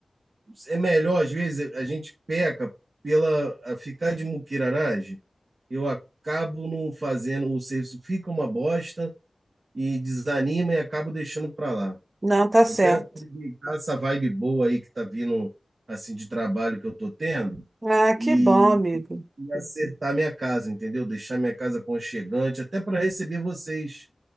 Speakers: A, on the right; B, on the right.
A: É melhor, às vezes, a gente peca pela a ficar de muquiraragem. Eu acabo não fazendo, o serviço fica uma bosta e desanima e acabo deixando para lá.
B: Não, tá
A: Eu
B: certo.
A: quero aproveitar essa vibe boa aí que tá vindo assim de trabalho que eu tô tendo
B: Ah,
A: e,
B: que bom, amigo.
A: e acertar minha casa, entendeu? Deixar minha casa aconchegante, até para receber vocês.